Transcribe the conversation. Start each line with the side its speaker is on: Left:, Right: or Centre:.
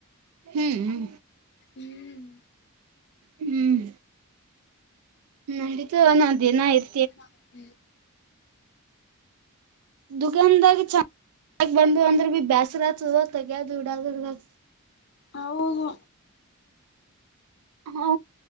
Right: ಹ್ಮ್ ಹ್ಮ್
Left: ಹ್ಮ್
Right: ಹ್ಮ್ ನಡಿತು ನ ದೇನ ಆಯ್ತ
Left: ಹ್ಮ
Right: ದುಗಂದಾಗ ಚಂದ ಬಂದ ಅಂದ್ರೆ ಬಿ ಬೇಸರ ಆತದ <unintelligible>
Left: ಹೌದು
Right: ಹ